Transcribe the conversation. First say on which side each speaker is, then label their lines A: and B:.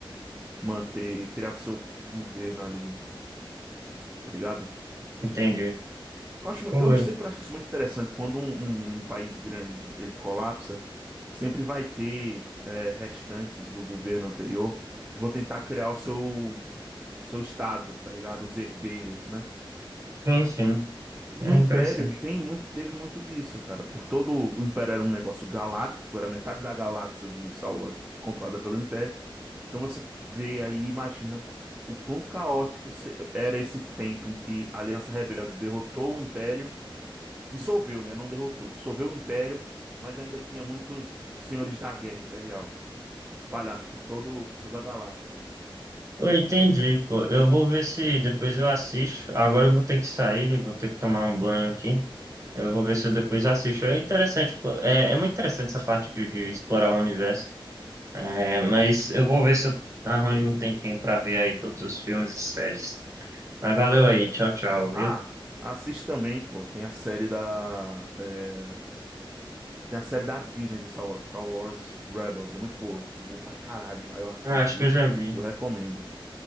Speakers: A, on the right; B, on the right.
A: manter, criar seu governo ali, tá ligado?
B: Entendi.
A: Eu acho mu-
B: Oi.
A: eu sempre acho isso muito interessante quando um, um- um país grande ele colapsa, sempre vai ter é, restantes do governo anterior que vão tentar criar o seu seu estado, tá ligado? Os herdeiros, né?
B: Sim, sim.
A: E
B: É
A: no Império
B: interessante.
A: tem muito, teve muito disso, cara. Por todo o Império era um negócio galáctico, era metade da galáxia de Star Wars controlada pelo Império. Então você vê aí, e imagina o quão caótico se- era esse tempo em que a Aliança Rebelde derrotou o Império dissolveu, né? Não derrotou, dissolveu o império, mas ainda tinha muitos senhores da guerra imperial espalhados por todo, por toda a galáxia.
B: Eu entendi,
A: Deve ter.
B: pô. Eu vou ver se depois eu assisto. Agora eu vou ter que sair, vou ter que tomar um banho aqui. Eu vou ver se eu depois assisto. É interessante, pô. É, é muito interessante essa parte de, de explorar o universo. É, mas eu vou ver se eu
A: Mandaloriano.
B: arranjo um tempinho pra ver aí todos os filmes e séries. Mas valeu aí, tchau, tchau, viu?
A: Ah, assiste também, pô. Tem a série da. é, Tem a série da Disney de Star Wars, Star Wars Rebels. É muito boa. Boa pra caralho, tá? Eu assisti.
B: Ah, acho que eu já vi.
A: e Eu recomendo.